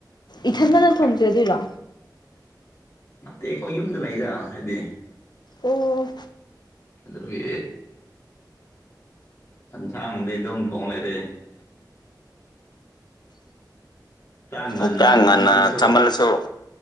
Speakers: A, on the left; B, on the left.
A: ꯏꯊꯟꯗꯅ
B: ꯎꯝ
A: ꯊꯣꯡꯖꯦꯗꯣꯏꯔꯣ
B: ꯅꯠꯇꯦ ꯑꯩꯈꯣꯏ ꯌꯨꯝꯗ ꯂꯩꯗ ꯍꯥꯏꯗꯤ
A: ꯑꯣ
B: ꯑꯗꯨꯒꯤ ꯌꯦꯟꯁꯥꯡꯗꯤ ꯑꯗꯨꯝ ꯊꯣꯡ ꯂꯩꯔꯦ ꯆꯥꯛ ꯉꯟꯅ
A: ꯎ
B: ꯆꯥꯃꯜꯂꯁꯨ
A: ꯉ ꯀꯃꯜꯁꯨꯣ